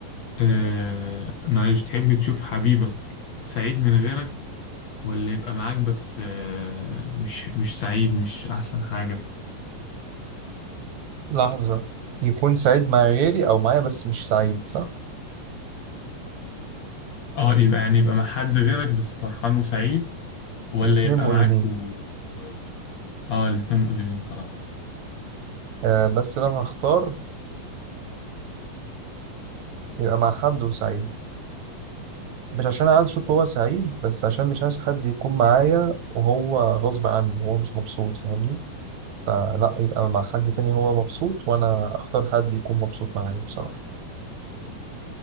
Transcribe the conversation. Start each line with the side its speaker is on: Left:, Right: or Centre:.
Left: آه معلش تحب تشوف حبيبك سعيد من غيرك ولا يبقى معاك بس آه مش مش سعيد مش أحسن حاجة
Right: لحظة يكون سعيد مع غيري أو معايا بس مش سعيد صح؟
Left: اه يبقى يعني يبقى
Right: مم.
Left: مع حد غيرك بس فرحان وسعيد ولا
Right: الاتنين
Left: يبقى
Right: مؤلمين
Left: معاك و... و... اه الاتنين مؤلمين صراحة
Right: آه بس لو هختار يبقى مع حد وسعيد مش عشان عايز اشوف هو سعيد بس عشان مش عايز حد يكون معايا وهو غصب عنه وهو مش مبسوط فاهمني فلا يبقى مع حد تاني هو مبسوط وانا اختار حد يكون مبسوط معايا بصراحة